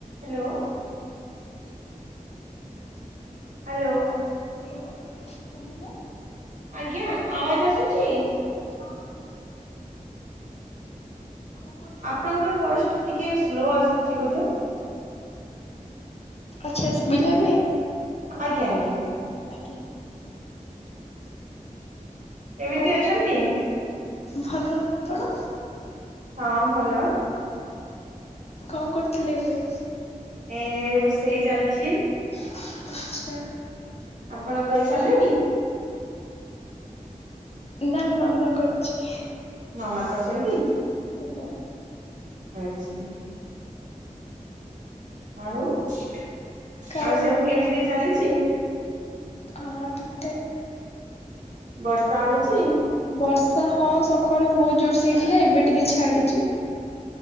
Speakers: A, on the right (about 65°); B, on the left (about 50°).
A: Hello. Hello.
B: Hello କମିଲା।
A: ଆଜ୍ଞା ଆୱଜ ଆସୁଛି।
B: ହଁ ହଁ। କଣ କରୁଛନ୍ତି?
A: ଆପଣଙ୍କର ଭଏସ ଟା ଟିକେ ସ୍ଲୋ ଆସୁଛି ବୋଧେ।
B: ଆଚ୍ଛା ଶୁଭିଲା ଏବେ?
A: ଆଜ୍ଞା ଆଜ୍ଞା।
B: ଆଜ୍ଞା
A: କେମିତି
B: କଣ
A: ଅଛନ୍ତି।
B: ଭଲ ଆପଣ।
A: ହଁ ଭଲ।
B: କଣ କରୁଥିଲେ ଏବେ?
A: ଏ ରୋଷେଇ ଚାଲିଛି।
B: ଆଚ୍ଛା।
A: ଆପଣ କରି ସାରିଲେଣି।
B: ନା ମାମା କରୁଛି।
A: ମାମା କରୁଛନ୍ତି
B: ଆଜ୍ଞା
A: ଆଛା। ଆଉ ଆଉ
B: କାଳୁ
A: ସବୁ କେମିତି ଚାଲିଛି?
B: ହଁ ଠିକ୍ ଠାକ୍।
A: ବର୍ଷା ହଉଚି?
B: ବର୍ଷା ହଁ ସକାଳୁ ବହୁତ ଜୋରସେ ହେଇଥିଲା। ଏବେ ଟିକେ ଛାଡିଛି।